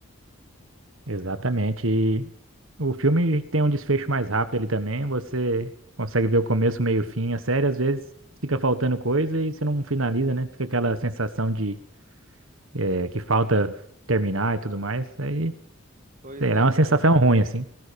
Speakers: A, on the right (about 75°); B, on the right (about 35°).
A: Exatamente. E o filme tem um desfecho mais rápido ali também. Você consegue ver o começo, meio e fim. A série, às vezes, fica faltando coisa e você não finaliza, né? Fica aquela sensação de eh, que falta terminar e tudo mais. Aí,
B: Pois
A: sei
B: é,
A: lá, é uma
B: cara.
A: sensação ruim, assim.